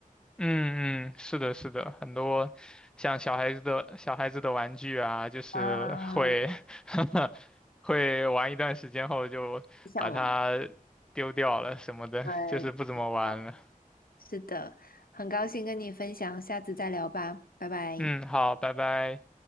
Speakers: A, in the centre; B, on the left.
A: 嗯嗯，是的，是的，很多像小孩子的小孩子的玩具啊，就是会
B: 嗯，
A: <laughs> 会玩一段时间后就把它丢掉了什么的，
B: 不想玩，对，
A: 就是不怎么玩了。
B: 好，是的，很高兴跟你分享，下次再聊吧，拜拜。
A: 嗯，好，拜拜。